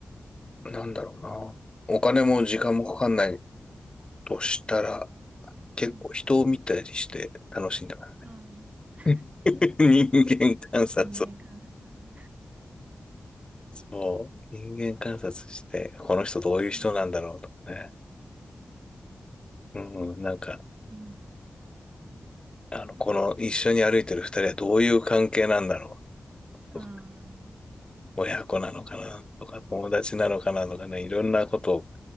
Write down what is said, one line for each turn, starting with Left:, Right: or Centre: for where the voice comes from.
Left: なんだろうな。お金も時間もかかんないとしたら、結構人を見たりして楽しんでます
Right: うん。ああ、
Left: ね。<laughs> 人間観察を
Right: 人間観察。
Left: そう、人間観察して、この人どういう人なんだろうとかね。
Right: うん。
Left: うんうん、なんか、
Right: うん。
Left: あの、この一緒に歩いてる二人はどういう関係なんだろ
Right: ああ。
Left: うとか、親子なのかなとか、友達なのかなとかね、いろんなことを、